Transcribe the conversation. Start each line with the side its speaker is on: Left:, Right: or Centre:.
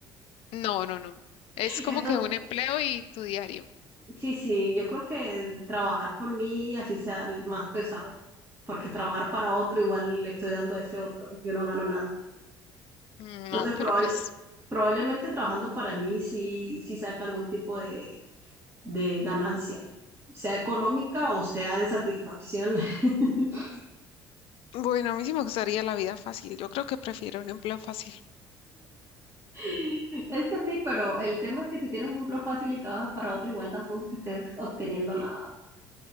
Left: No, no, no. Es
Right: <laughs>
Left: como
Right: Entonces.
Left: que un empleo y tu diario.
Right: Sí, sí, yo creo que trabajar por mí así sea el más pesado, porque trabajar para otro igual le estoy dando a ese otro y yo no gano nada.
Left: Mm,
Right: Entonces,
Left: No, pero
Right: probable-
Left: pues.
Right: probablemente trabajando para mí sí, sí saca algún tipo de, de ganancia, sea económica o sea de satisfacción. <laughs>
Left: Bueno, a mí sí me gustaría la vida fácil. Yo creo que prefiero un empleo fácil.
Right: Es que sí, pero el tema es que si tienes un empleo fácil y trabajas para otro igual tampoco es que estés obteniendo nada.